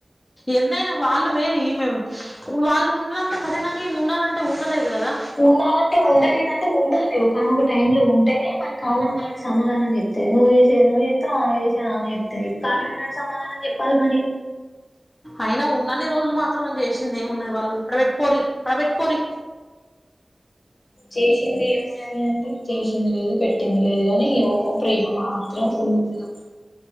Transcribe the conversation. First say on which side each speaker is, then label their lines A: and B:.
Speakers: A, on the left; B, on the left.
A: ఎందైన వాళ్ళు వేరు ఈ మే వాళ్ళు ఉంనంత కఠినం ఇమే ఉండాలంటే ఉండలేదు కదా
B: ఉండాలంటే ఉండలేదన్ అంటే ఉండలేదు కాని ఒకనొక టైమ్ లో ఉంటేనే మరి కాలం వాళ్ళకి సమాధానం చెప్తది. నువ్వు చేసేది నువ్వు చేస్తవు ఆమే చేసేది ఆమె చెప్తది కాలం ఎన్నాడు సమాధానం చెప్పాలి మరి
A: అయినా ఉన్నన్ని రోజులు మాత్రం చేసింది ఏమున్నది వాళ్ళు అడ్ పెట్టుపోరి అడ్ పెట్టుపోరి
B: చేసింది ఏమున్న ఊ అంటే చేసింది లేదు పెట్టింది లేదు అని ఓ ప్రేమ మాత్రం ఫుల్గా